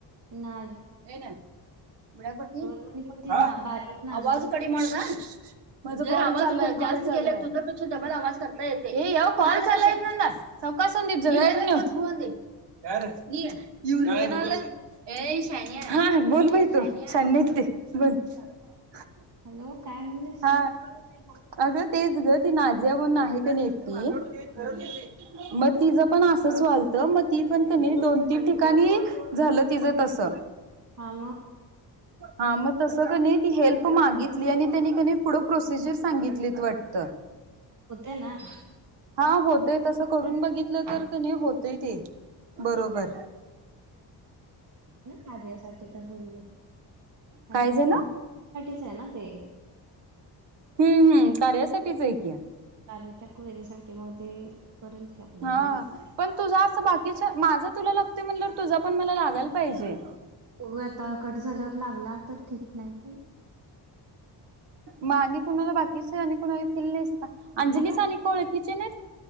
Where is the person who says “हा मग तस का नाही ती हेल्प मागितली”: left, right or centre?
Right